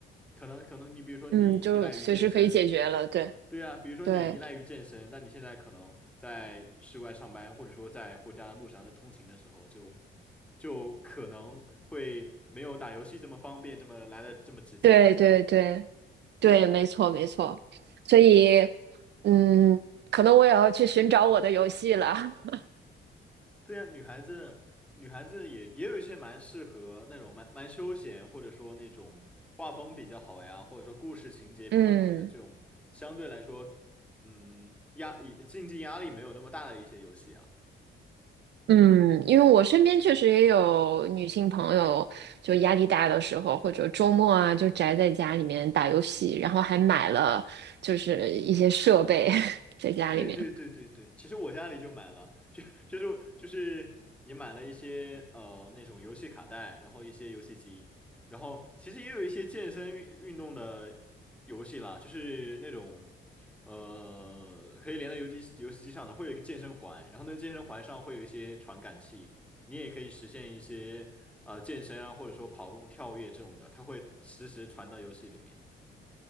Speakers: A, in the centre; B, on the right (about 60°).
A: 可能可能你比如说你依赖于健身，
B: <laughs> 嗯，就随时可以解决了。对，
A: 对呀，比如说你依赖于健身，
B: 对，
A: 但你现在可能在室外上班，或者说在回家的路上在通勤的时候就，就可能会没有打游戏这么方便，这么来的这么直接。
B: 对，对，对，对，没错，没错。所以，嗯，可能我也要去寻找我的游戏了。<laughs>
A: 对呀，女孩子女孩子也也有一些蛮适合那种蛮蛮休闲，或者说那种画风比较好呀，或者说故事情节比较好呀，
B: 嗯
A: 这种相对来说，嗯，压竞技压力没有那么大的一些游戏啊。
B: 嗯，因为我身边确实也有女性朋友，就压力大的时候，或者周末啊，就宅在家里面打游戏，然后还买了就是一些设备 <laughs> 在家里面。
A: 对对对对对，其实我家里就买了，就就是就是你买了一些呃那种游戏卡带，然后一些游戏机，然后其实也有一些健身运运动的游戏啦，就是那种呃可以连到游戏游戏机上的，会有一个健身环，然后那个健身环上会有一些传感器，你也可以实现一些呃健身啊，或者说跑动、跳跃这种的，它会实时传到游戏里面。